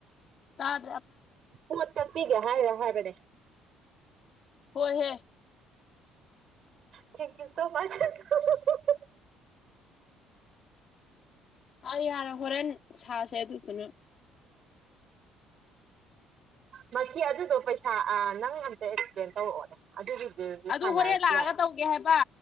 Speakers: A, on the left (about 35°); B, on the right (about 40°).
A: ꯇꯥ
B: ꯄꯣꯠ ꯀꯛꯄꯤꯒꯦ ꯍꯥꯏꯔ ꯍꯥꯏꯕꯅꯦ
A: ꯍꯣꯏꯍꯦ
B: ꯊꯦꯡꯀ꯭ꯌꯨ ꯁꯣ ꯃꯆ ꯍ ꯍꯨ ꯍꯨ ꯍꯨ <inaudible>
A: ꯑ ꯌꯥꯔꯦ ꯍꯣꯔꯦꯟ ꯁꯥꯁꯦ ꯑꯗꯨꯗꯨꯅ
B: ꯃꯁꯤ ꯑꯗꯨꯗꯣ ꯄꯩꯁꯥ ꯑꯥ ꯅꯪ ꯑꯝꯇ ꯑꯦꯛꯁꯄ꯭ꯂꯦꯟ ꯇꯧꯔꯛꯑꯣꯅꯦ ꯑꯗꯨꯒꯤ ꯑꯗꯨꯗꯗꯤ
A: ꯑꯗꯨ
B: ꯁꯥꯟꯅꯔꯁꯨ
A: ꯍꯣꯔꯦꯟ ꯂꯥꯛꯑꯒ
B: ꯌꯥꯔꯦ
A: ꯇꯧꯒꯦ ꯍꯥꯏꯕ